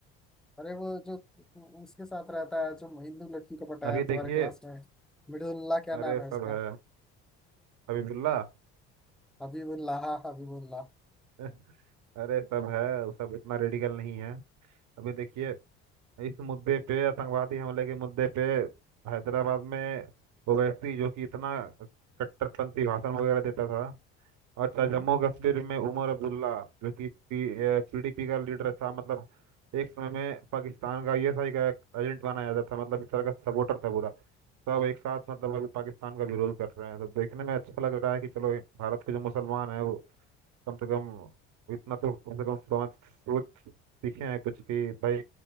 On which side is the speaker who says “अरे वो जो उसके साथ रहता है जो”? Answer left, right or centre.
Centre